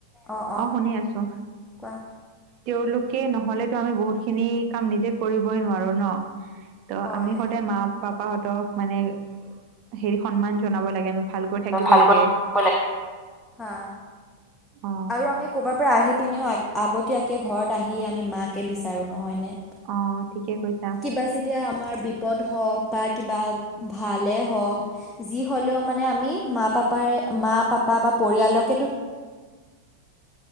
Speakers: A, in the centre; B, on the right.
A: অঁ অঁ
B: অ', শুনি আছো।
A: কোৱা
B: তেওঁলোকে নহ'লেতো আমি বহুত খিনি কাম নিজে কৰিবই নোৱাৰো ন! ত',
A: হয়
B: আমি সদায় মা-পাপাহঁতক মানে হেৰি, সন্মান জনাব লাগে। ভালকৈ থাকিব
A: ভাল
B: লাগে
A: কৈ থাকিব লাগে। হা।
B: অ
A: আৰু আমি ক'ৰবাৰ পৰা আহি পিনেও আগতীয়াকৈ ঘৰত আহি আমি মাকে বিচাৰোঁ নহয়নে!
B: অ', ঠিকে কৈছা।
A: কিবা যেতিয়া আমাৰ বিপদ হওঁক বা কিবা ভালে হওঁক যি হ'লেও মানে আমি, মা-পাপাৰে, মা-পাপা বা পৰিয়ালকেটো